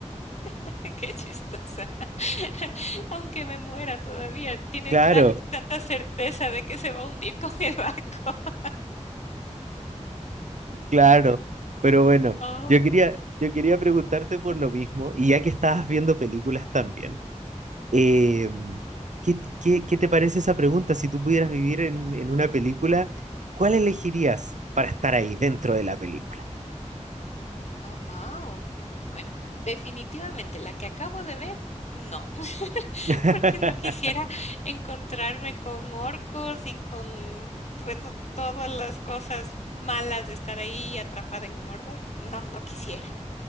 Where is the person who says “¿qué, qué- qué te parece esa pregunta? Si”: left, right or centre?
Right